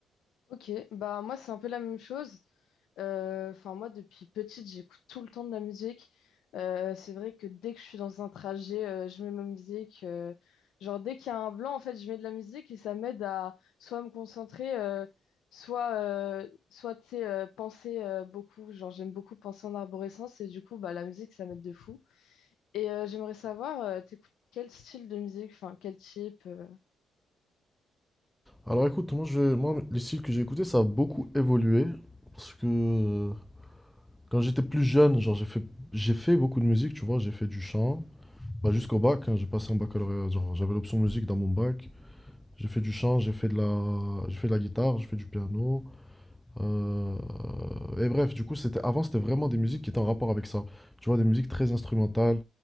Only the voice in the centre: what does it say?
Alors écoute, moi, je, moi, les styles que j'ai écoutés, ça a beaucoup évolué parce que euh, Quand j'étais plus jeune, genre j'ai fait, j'ai fait beaucoup de musique, tu vois, j'ai fait du chant. Bah, jusqu'au bac, hein, j'ai passé en baccalauréat, genre j'avais l'option musique dans mon bac. J'ai fait du chant, j'ai fait de la, j'ai fait de la guitare, j'ai fait du piano. euh, Et bref, du coup, c'était avant, c'était vraiment des musiques qui étaient en rapport avec ça. Tu vois, des musiques très instrumentales,